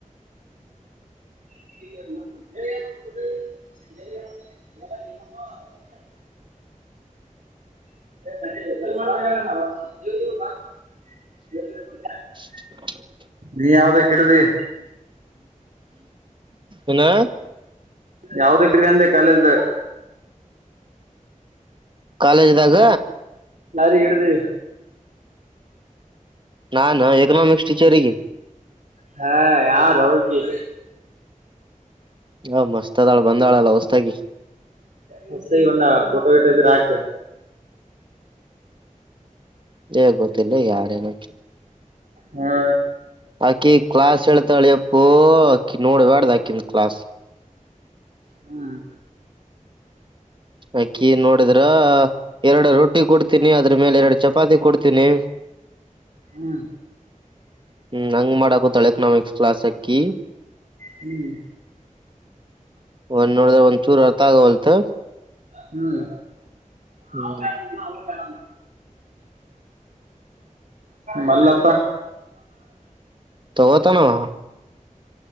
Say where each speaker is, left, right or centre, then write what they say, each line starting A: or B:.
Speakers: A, on the right; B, on the right.
A: <unintelligible> <unintelligible>
B: <inaudible>
A: ನೀ ಯಾವ್ದಕ್ ಹಿಡ್ದಿ
B: ಏನಾ
A: ಯಾವ್ದಕ್ಕಿದೆ ಅಂದೆ ಕಾಲೇಜ್ದ.
B: ಕಾಲೇಜ್ ದಾಗ
A: ಲಾರಿ ಇಡ್ಡಿ
B: ನಾನು ಎಕೊನೋಮಿಸ್ ಟಿಚರ್ ಗೆ
A: ಹಾ ಯಾರೋ ಆಕಿ
B: ಹ ಮಸ್ತ್ ಅದಾಳ ಬಂದಾಳಲ್ಲ ಹೊಸದಾಗಿ
A: ಹೋಸದಾಗಿ ಬಂದಾಳ ಫೋಟೋ ಗಿಟೋ ಇದ್ರೆ ಹಾಕು
B: ಏ ಗೊತ್ತಿಲ್ಲ ಯಾರ ಆಕಿ
A: ಹಾ
B: ಆಕಿ ಕ್ಲಾಸ್ ಹೇಳ್ತಾಳೆ ಎಪ್ಪೊ ಅಕಿ ನೋಡಬ್ಯಾಡ ಆಕಿನ ಕ್ಲಾಸ್
A: ಹ್ಮ್
B: ಆಕಿ ನೋಡಿದ್ರ ಎರಡು ರೊಟ್ಟಿ ಕೊಡ್ತೀನಿ ಅದ್ರ ಮೇಲೆ ಎರಡು ಚಪಾತಿ ಕೊಡ್ತೀನಿ
A: ಹ್ಮ್
B: ಹ್ಮ್ ಹಂಗ್ ಮಾಡಾಕೂತಾಳ ಎಕನಾಮಿಕ್ಸ್ ಕ್ಲಾಸ್ ಆಕಿ
A: ಹ್ಮ್
B: ಒಂದ್ ನೋಡ್ದ ಒಂದ್ ಚೂರು ಅರ್ಥ ಆಗವಲ್ತ್
A: ಹ್ಮ್ ನಾವು
B: ಹ್ಮ್
A: ಬೇಡ ಅಂದ್ನ ಅವನು ಬೇಡ ಅಂದ ಮಲ್ಲಪ್ಪ
B: ತಗೋತಾನವ